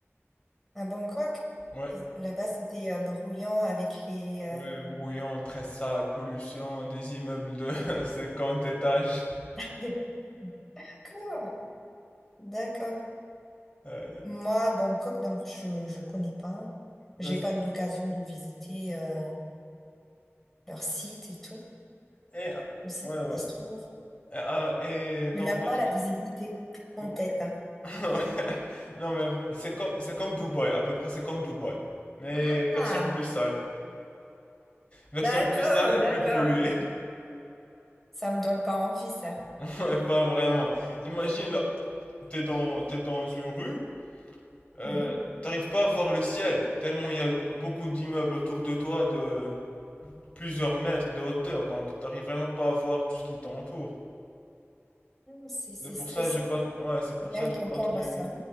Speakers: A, in the centre; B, on the left.
A: À Bangkok,
B: Ouais.
A: là-bas, c'était euh, brouillant avec les... euh,
B: Ouais, bruyant, très sale, pollution, des immeubles de <laughs> 50 étages.
A: <laughs> D'accord, d'accord.
B: Euh,
A: Moi, Bangkok, donc je je connais pas.
B: ben,
A: J'ai
B: c'est-
A: pas eu l'occasion de visiter euh, leur site et tout.
B: et, ah,
A: aussi,
B: ouais, ouais.
A: ça se trouve.
B: Et, ah, et dans
A: J'ai même
B: votre
A: pas la visibilité
B: co-
A: en tête. hein.
B: <laughs> Non, mais c'est comme, c'est comme Dubaï, à peu près c'est comme Dubaï. Mais
A: Ah,
B: version plus sale. Version
A: d'accord,
B: plus sale et
A: d'accord.
B: plus polluée.
A: Ça me donne pas envie, ça.
B: <laughs> Ouais, pas vraiment. Imagine là, t'es dans, t'es dans une rue, euh,
A: Mhm.
B: t'arrives pas à voir le ciel, tellement il y a beaucoup d'immeubles autour de toi de plusieurs mètres de hauteur, donc t'arrives vraiment pas à voir tout ce qui t'entoure.
A: Mm, C'est, c'est
B: C'est
A: stressant,
B: pour ça j'ai pas, ouais, c'est pour
A: rien
B: ça
A: que
B: j'ai
A: d'entendre
B: pas trop aimé.
A: ça.